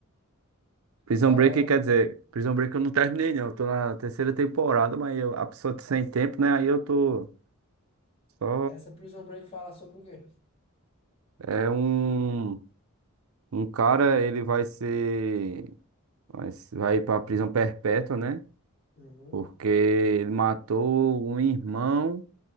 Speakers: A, on the right; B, on the left.
A: Prison
B: Da
A: Break
B: hora.
A: quer dizer, Prison Break eu não terminei, não. Eu tô na terceira temporada, mas eu, a pessoa tá sem tempo, né? Aí eu tô. Só
B: Essa Prison Break fala sobre o quê?
A: é um, um cara, ele vai ser, vai, se- vai ir prisão perpétua, né?
B: Uhum.
A: Porque ele matou um irmão